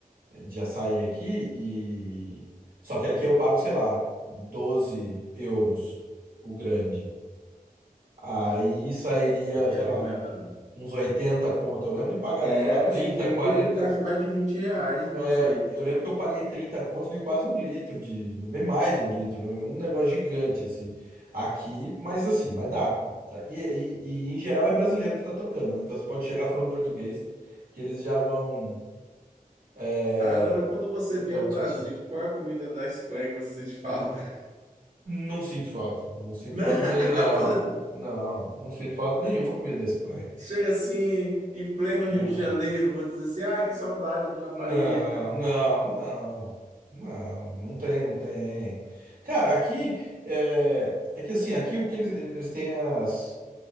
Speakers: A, on the right; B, on the right.
A: de açaí aqui e só que aqui eu pago, sei lá, 12 euros o grande. Aí sairia,
B: Aqui
A: sei
B: é bem
A: lá,
B: mais
A: um-
B: barato.
A: uns 80 conto. Eu lembro de pagar,
B: É,
A: sei lá, 30,
B: oxente, aqui
A: 40.
B: eu não gasto mais de 20 reais no
A: É,
B: açaí.
A: eu lembro que eu paguei 30 conto, veio quase um litro de, veio mais de um litro, né? Um negócio gigante assim. Aqui, mas assim, mas dá. Tá? E, e, e, em geral é brasileiro que tá tocando, né? Então você pode chegar falando português, que eles já vão, é,
B: Agora, quando você
A: eles
B: vem
A: já
B: ao
A: vão te...
B: Brasil,
A: te-
B: qual é a comida da Espanha que você sente falta? <laughs>
A: Não sinto falta, não sinto
B: Não,
A: falta nem não,
B: quando
A: não, não sinto falta nenhuma comida da Espanha.
B: Chega assim, em pleno Rio
A: Ah,
B: de Janeiro, vou dizer assim, ai, que saudade de uma paella.
A: Não, não, não, não, não tem, não tem. Cara, aqui é, é que assim, aqui o que eles, eles têm as